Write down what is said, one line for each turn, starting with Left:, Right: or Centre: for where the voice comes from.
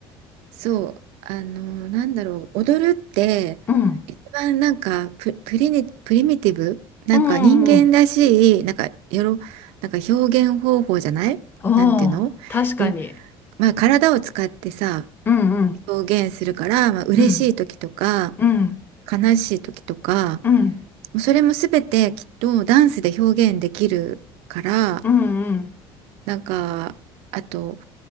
Right: そうあのなんだろう踊るって一番なんかプ、
Left: うん。
Right: プリニ、プリミティブなんか人間らしいなんかよろなんか表現方法じゃないなんていうの
Left: うんうんうん。おー、確かに。
Right: うまあ、体を使ってさ
Left: うんうん。
Right: 表現するから、まあ嬉しい時とか
Left: うん。うん。
Right: 悲しい時とか
Left: うん。
Right: もうそれも全てきっとダンスで表現できるから。
Left: うんうん。
Right: なんか、あと、